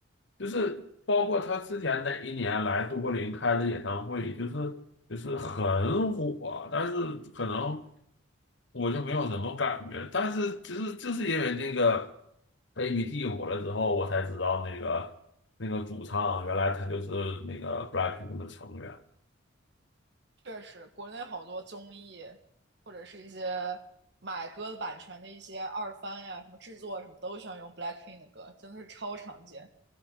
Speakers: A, on the left; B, on the right.
A: 就是包括他之前哪一年来都柏林开的演唱会，就是就是很火，但是可能我就没有什么感觉。但是就是就是因为那个 ABT 火了之后，我才知道那个那个主唱原来他就是那个 BLACKPINK 的成员。
B: 确实，国内好多综艺，或者是一些买歌的版权的一些二番呀，什么制作什么，都喜欢用 BLACKPINK 的歌，真的是超常见。